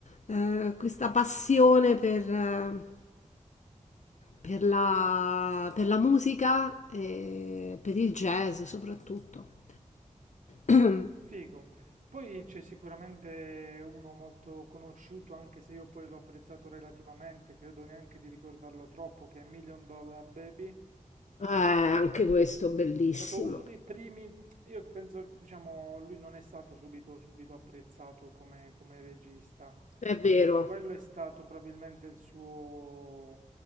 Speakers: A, on the left; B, on the right.
A: eh, questa passione per, eh, per la, per la musica e per il jazz soprattutto. <clears throat>
B: Figo. Poi c'è sicuramente uno molto conosciuto, anche se io poi l'ho apprezzato relativamente, credo neanche di ricordarlo troppo, che è Million Dollar Baby.
A: Eh, anche questo bellissimo,
B: È stato uno dei primi, io penso, diciamo, lui non è stato subito, subito apprezzato come, come regista.
A: è vero.
B: Eh, quello è stato probabilmente il suo,